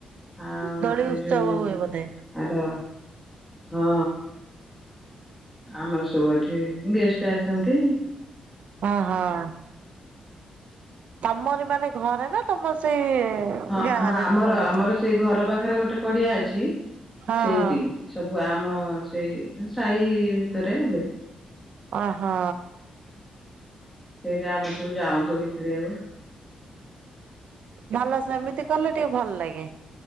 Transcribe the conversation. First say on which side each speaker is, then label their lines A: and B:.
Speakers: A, in the centre; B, on the right.
A: ଆଉ
B: ଦୋଳି
A: ସେ
B: ଉତ୍ସବ
A: ଯୋଉ
B: ହୁଏ ବୋଧେ?
A: ଆର ହଁ ଆମର ସବୁ ଏଠି ଗେଷ୍ଟ ଆସିଛନ୍ତି।
B: ହ ହଁ ତମର ମାନେ ଘରେ ନା ତମର ସେଇ
A: ହଁ
B: ଗାଁରେ
A: ହଁ ଆମର
B: ନା କଣ?
A: ଆମର ସେଇ ଘର ପାଖରେ ଗୋଟେ ପଡିଆ ଅଛି
B: ହଁ
A: ସେଇଠି।
B: ହଁ।
A: ସବୁ ଆମର ସେଇ ସାହି ଭିତରେ ହୁଏ।
B: ଓ ହୋ
A: ସେଇଟା ଆମେ ସବୁ ଯାଉ ଦୋଳି ଖେଳିବାକୁ।
B: ଭଲ ସେମିତି କଲେ ଟିକେ ଭଲ ଲାଗେ।